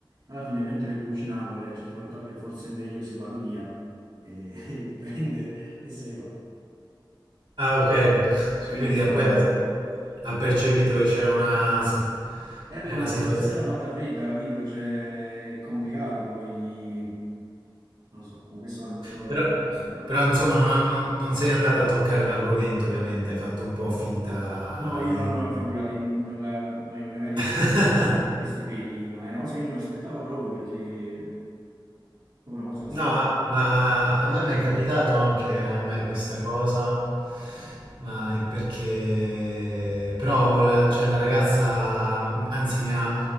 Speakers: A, on the right; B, on the right.
A: Alla fine, mentre cucinavo, lei a un certo punto ha detto, vabbè, forse è meglio se vado via. E <laughs> prende e se ne va.
B: Ah, ok. <laughs>
A: Quindi
B: Quindi
A: è stata
B: eh, poi
A: una...
B: ha, ha percepito che c'era una, se-
A: E vabbè,
B: una
A: ma
B: situazione.
A: la situazione si era fatta fredda, capito? Cioè, è complicato, poi... Non lo so, comunque è stata molto,
B: Però,
A: molto strana.
B: però, insomma, non, ha- non- non sei andata a toccare l'argomento, ovviamente. Hai fatto un po' finta.
A: No, io
B: di-
A: non, figurati, non la- non l'avrei mai detto
B: <laughs>
A: perché c'erano questi peli, ma è una cosa che io non mi aspettavo proprio perché è proprio una cosa inaspettata.
B: No, ma, ma a me mi è capitato anche a me questa cosa, ma è perché... Però la, cioè, la ragazza, anzi, mi ha,